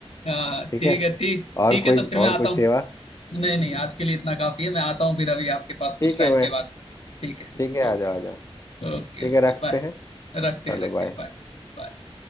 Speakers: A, on the left; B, on the left.
A: हाँ
B: ठीक
A: ठीक
B: है
A: है ठीक
B: और
A: ठीक है
B: कोई
A: तो फिर मैं
B: और
A: आता
B: कोई सेवा
A: हूँ नहीं नहीं आज के लिए इतना काफी है मैं आता हूँ फिर अभी आपके पास कुछ
B: ठीक
A: टाइम
B: है मैं
A: के बाद ठीक है
B: ठीक है
A: Okay
B: आ जाओ आ जाओ
A: okay
B: ठीक
A: okay
B: है रखते
A: bye
B: हैं
A: रखते हैं
B: चलो
A: रखते
B: बाय
A: हैं बाय